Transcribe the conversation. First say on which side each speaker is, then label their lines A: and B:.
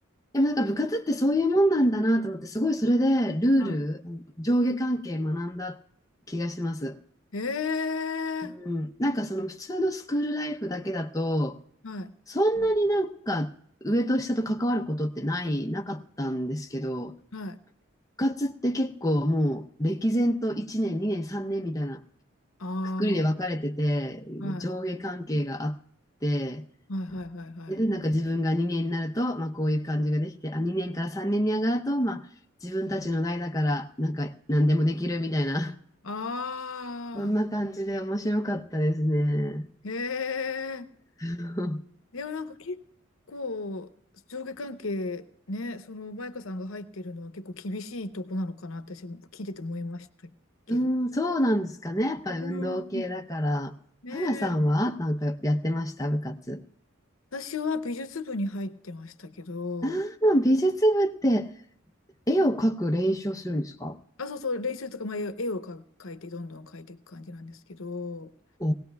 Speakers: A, on the left (about 15°); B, on the left (about 80°).
A: でもなんか部活ってそういうもんなんだなと思って、
B: うん
A: すごいそれでルール、
B: は
A: 上下関係学んだ気がします。
B: い。
A: うん、
B: ええ
A: なんかその普通のスクールライフだけだと、
B: はい、
A: そんなになんか上と下と関わることってない、なかったんですけど、
B: はい。
A: 活って結構もう歴然と1年、2年、3年みたいな
B: あ
A: くくりで分かれてて、
B: あ、はい、
A: 上下関係があって、
B: はい、はい、はい、はい。
A: で、なんか自分が2年になると、まあこういう感じができて、あ、2年から3年に上がると、まあ自分たちの代だから、なんか何でもできるみたいな、
B: あ
A: <laughs> そんな感じで面白かったですね。
B: あ、ええ
A: <laughs>
B: でもなんか結構、上下関係、ね、その、マイカさんが入ってるのは結構厳しいとこなのかな、私も聞いてて思いましたけど。
A: うん、そうなんですかね。やっぱり運動系だから。
B: うん。ね
A: 花さんはなんかやってました、
B: え
A: 部活。
B: 私は美術部に入ってましたけど、
A: ああ、美術部って絵を描く練習をするんですか
B: あ、そうそう、練習とか、まあ、絵をか描いて、どんどん描いていく感じなんですけど、
A: お